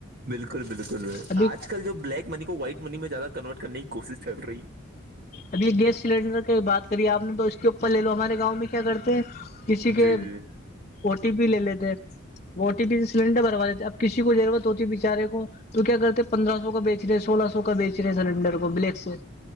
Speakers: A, on the right; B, on the left.
A: بالکل بالکل
B: ابھی
A: آج کل جو بلیک منی کو وائٹ منی میں زیادہ کنورٹ کرنے کی کوشش چل رہی ہے
B: ابھی یہ گیس سلینڈر کی بات کری آپ نے تو اس کے اپر لے لو ہمارے گاؤں میں کیا کرتے کسی کے
A: جی جی
B: او ٹی پی لے لیتے او ٹی پی سےی سلینڈر بھروا دیتے اب کسی کو ضرورت ہوتی ہے بےچارے کو تو کیا کرتے ہیں پندرہ سو کا بیچ رہے سولہ سو کا بیچ رہے سلینڈر کو بلیک سے